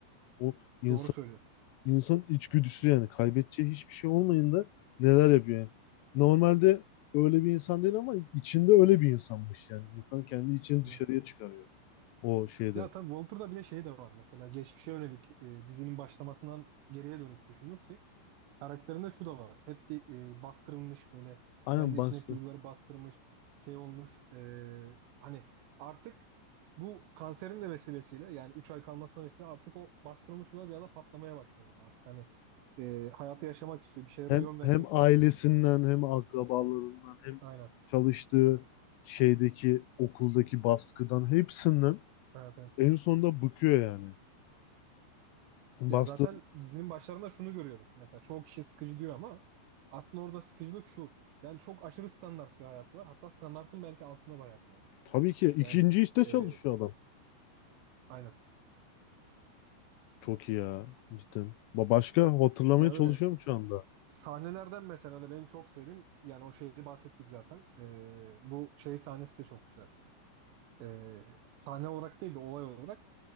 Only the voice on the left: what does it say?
Bu insan.
İnsanın içgüdüsü yani kaybedeceği hiçbir şey olmayınca neler yapıyor yani. Normalde öyle bir insan değil ama içinde öyle bir insanmış yani. İnsan kendi içini
dışarıya çıkarıyor o şeyde.
Aynen
bastı.
Hem
hem ailesinden
hem akrabalarından hem
çalıştığı şeydeki okuldaki baskıdan hepsinden
en sonunda bıkıyor yani. Bastı.
Tabii ki ikinci
işte çalışıyor
adam.
Çok iyi ya cidden. Ba- Başka hatırlamaya
çalışıyorum
şu anda.